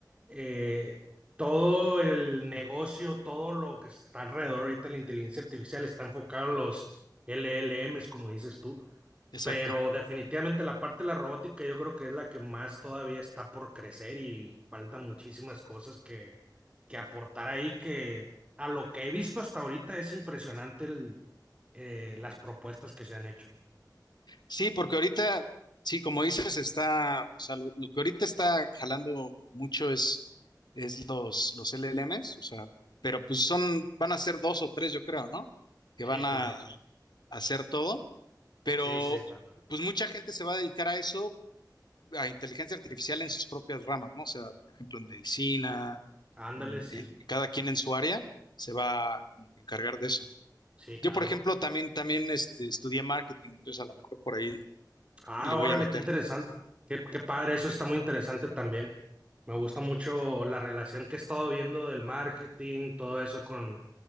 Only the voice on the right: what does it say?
eh, todo el negocio, todo lo que está alrededor ahorita de la inteligencia artificial está enfocado en los LLMs, como dices tú,
pero Exacto. definitivamente la parte de la robótica yo creo que es la que más todavía está por crecer y falta muchísimas cosas que, que aportar ahí, que a lo que he visto hasta ahorita es impresionante el, eh, las propuestas que se han hecho.
Sí,
claro,
sí, sí, claro.
Ándale,
sí,
sí, claro.
Ah,
órale,
qué interesante. Qué, qué padre, eso está muy interesante también. Me gusta mucho la relación que he estado viendo del marketing, todo eso con,